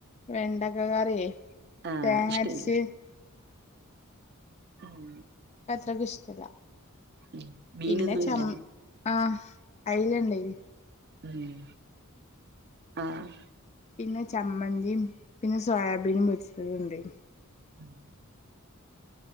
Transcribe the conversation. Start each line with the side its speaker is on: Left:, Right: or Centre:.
Left: വെണ്ടക്ക കറിയേ
Right: ആഹ്
Left: തേങ്ങര്ച്ച്.
Right: ഇഷ്ടമില്ല ഉം
Left: ക്ക് അത്രക്ക് ഇഷ്ടല്ല
Right: ഉം മീനൊന്നും
Left: പിന്നെ ചം
Right: ഇല്ല
Left: ആഹ് അയില്ണ്ടായ് ന്
Right: ഉം, ആഹ്
Left: പിന്നെ ചമ്മന്തിം, പിന്നെ സോയാബീൻ, പൊരിച്ചതുണ്ടെയ്ന്.
Right: ഉം.